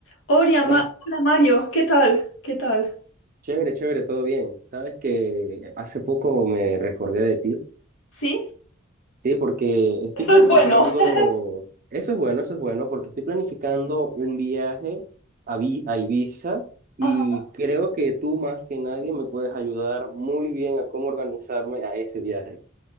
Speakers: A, on the left; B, on the right.
A: Hola,
B: Hola,
A: Ma- hola Mario, ¿qué tal? ¿Qué tal?
B: chévere, chévere, todo bien. Sabes que hace poco me recordé de ti,
A: Sí,
B: sí, porque estoy
A: eso
B: planificando,
A: es bueno. <laughs>
B: eso es bueno, eso es bueno, porque estoy planificando un viaje a, Vi- a Ibiza y
A: Ajá.
B: creo que tú más que nadie me puedes ayudar muy bien a cómo organizarme a ese viaje.